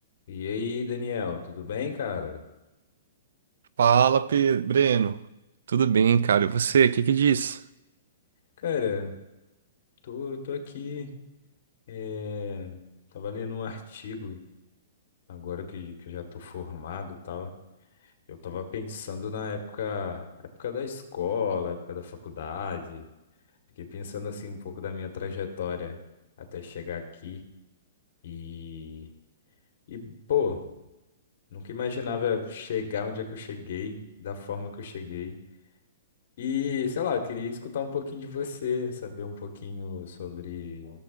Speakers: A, on the left (about 60°); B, on the right (about 75°).
A: E aí, Daniel, tudo bem, cara?
B: Fala, Pe- Breno. Tudo bem, cara? E você, o que que diz?
A: Cara, tô, tô aqui. eh, Tava lendo um artigo agora que, que eu já tô formado e tal. Eu tava pensando na época, época da escola, época da faculdade. Fiquei pensando assim um pouco da minha trajetória até chegar aqui. E, e pô, nunca imaginava chegar onde é que eu cheguei, da forma que eu cheguei. E, sei lá, eu queria escutar um pouquinho de você, saber um pouquinho sobre,